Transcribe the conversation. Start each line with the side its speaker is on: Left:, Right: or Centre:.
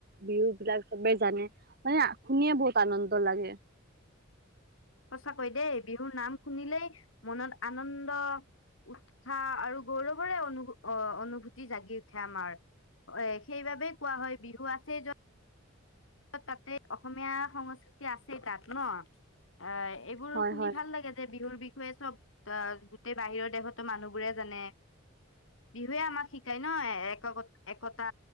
Right: বিহু বিলাক চবেই জানে, মানে শুনিয়ে বহুত আনন্দ লাগে।
Left: সঁচাকৈ দেই, বিহুৰ নাম শুনিলেই মনত আনন্দ উৎসাহ আৰু গৌৰৱৰে অনুভ অ অনুভূতি জাগি উঠে আমাৰ। এ সেইবাবেই কোৱা হয়, বিহু আছে য'ত তাতে অসমীয়া সংস্কৃতি আছেই তাত, ন। আ এইবোৰ
Right: হয়
Left: শুনি
Right: হয়
Left: ভাল লাগে যে বিহুৰ বিষ বিহুৱেই চব আহ গোটেই বাহিৰৰ দেশতো মানুহবোৰে জানে বিহুৱে আমাক শিকায় ন এক-একতা।